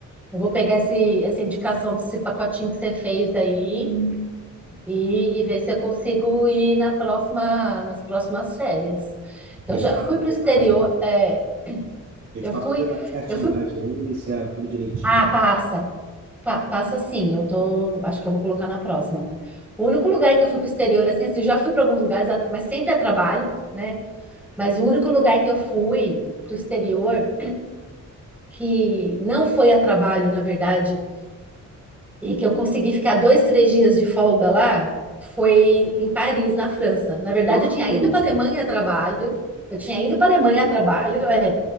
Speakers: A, in the centre; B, on the right.
A: Eu vou pegar esse, essa indicação desse pacotinho que você fez aí e, e ver se eu consigo ir na próxima, nas próximas férias. Eu
B: Eu
A: já
B: te passo
A: fui para
B: os detalhes
A: o exterior, é,
B: Eu
A: eu
B: te passo
A: fui,
B: os detalhes certinhos
A: eu fui.
B: da agência, tudo direitinho.
A: Ah, passa, Pa- passa sim. Eu tô, acho que eu vou colocar na próxima. O único lugar que eu fui para o exterior, assim, assim, eu já fui para alguns lugares, mas sempre a trabalho, né? Mas o único lugar que eu fui para o exterior que não foi a trabalho, na verdade. e que eu consegui ficar dois, três dias de folga lá, foi em Paris, na França. Na verdade,
B: Nossa,
A: eu tinha
B: que
A: ido
B: luxo.
A: para a Alemanha a trabalho, eu tinha ido para a Alemanha a trabalho, é.